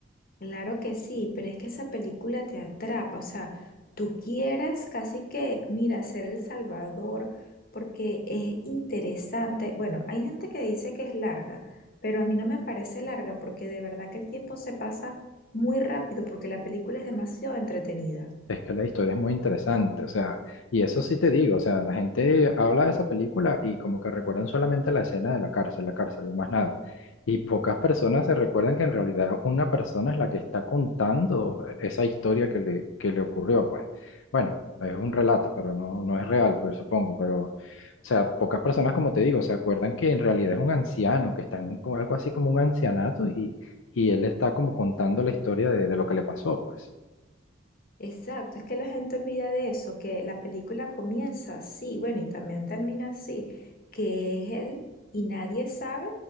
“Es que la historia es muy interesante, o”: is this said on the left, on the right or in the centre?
Left